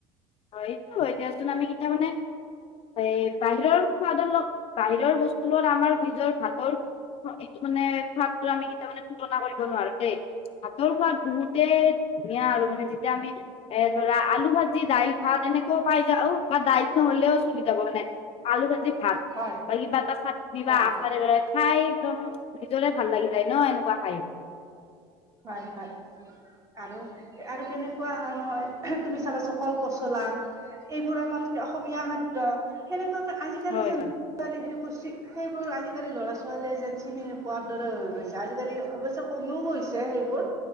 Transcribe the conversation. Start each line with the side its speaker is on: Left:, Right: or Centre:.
Left: হয় এইটো এতিয়াচোন আমি কিটা মানে এই বাহিৰৰ খোৱাদৰ লগ বাহিৰৰ বস্তুৰ লত আমাৰ নিজৰ ভাতৰ এইটো মানে সাদ আমি কেইটা মানে তুলনা কৰি ব নোৱাৰো দেই ভাতৰ সোৱাদ বহুত তে ধুনীয়া আৰু মানে যেতিয়া আমি এ ধৰা আলু ভাজি দাইল ভাত তেনেকেও পাই যাও বা দায়িত্ব নহলেও চলি যাব মানে আলু ভাজি ভাত
Right: হয়
Left: বাকী তা চাতমি
Right: হয়
Left: বা আছাৰে খাই একদম নিজৰে ভাল লাগি যায় ন এনেকুৱা খাই
Right: হয় হয়। আৰু আৰু কেনেকুৱা অহা নহয় তুমি চাবাচা কল পচলা। এইবোৰ আমাৰ অসমীয়া খাদ্য সেনেকুৱা আজিকালি
Left: হয়
Right: যে ল'ৰা ছোৱালী সেইবোৰ চি সেইবোৰ আজিকালি ল'ৰা ছোৱালীয়ে যেন চিনি নোপোৱাৰ দৰে হৈ গৈছে আজিকালি অৱশ্যে কমিও গৈছে সেইবোৰ